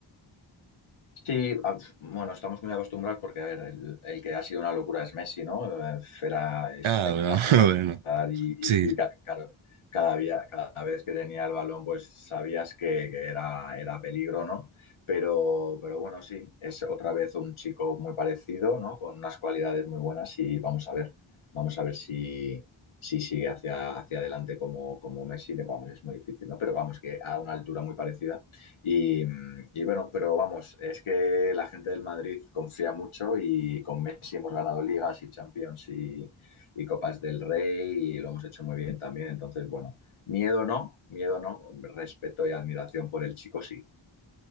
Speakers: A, on the left (about 85°); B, on the right (about 75°).
A: Sí, a- bueno, estamos muy acostumbrados porque, a ver, el, el que ha sido una locura es Messi, ¿no? Eh, Era espectacular
B: Ah, bueno, <laughs> bueno,
A: y,
B: sí.
A: y- y ca- claro, cada día, cada vez que tenía el balón, pues sabías que, que era, era peligro, ¿no? Pero, pero bueno, sí, es otra vez un chico muy parecido, ¿no? Con unas cualidades muy buenas y vamos a ver, vamos a ver si, si sigue hacia, hacia adelante como, como Messi. Vamos, es muy difícil, ¿no? Pero vamos, que a una altura muy parecida. Y, y, bueno, pero vamos, es que la gente del Madrid confía mucho y con Messi hemos ganado ligas y Champions y, y Copas del Rey y lo hemos hecho muy bien también. Entonces, bueno, miedo no, miedo no, respeto y admiración por el chico sí.